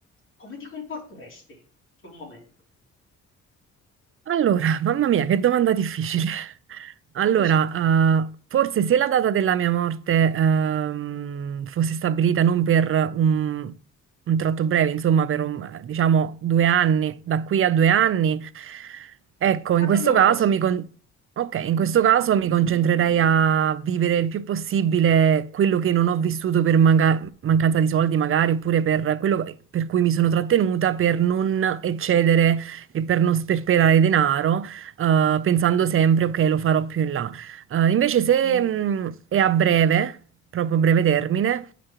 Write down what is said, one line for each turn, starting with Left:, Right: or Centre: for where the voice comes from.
Left: come ti comporteresti sul momento?
Right: Allora, mamma mia, che domanda difficile. <laughs> Allora,
Left: Non lo so.
Right: eh, forse se la data della mia morte ehm, fosse stabilita non per un, un tratto breve, insomma, per un, eh, diciamo due anni, da qui a due anni, ecco,
Left: Ragioniamo
Right: in questo caso
Left: così.
Right: mi con- ok, in questo caso mi concentrerei a vivere il più possibile quello che non ho vissuto per manca- mancanza di soldi, magari, oppure per quello per cui mi sono trattenuta, per non eccedere e per non sperperare denaro, eh, pensando sempre, ok, lo farò più in là. Eh, invece se
Left: Mm,
Right: mh, è a breve, proprio a breve termine,